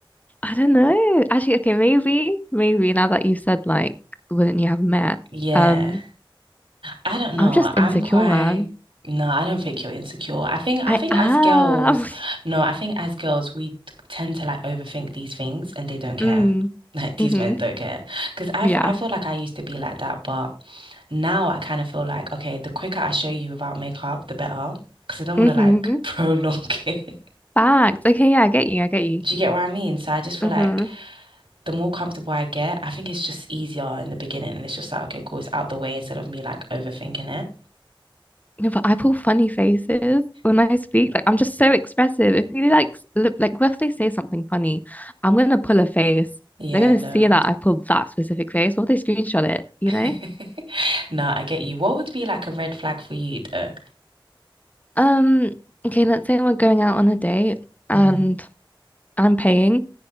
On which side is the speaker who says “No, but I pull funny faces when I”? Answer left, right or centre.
Left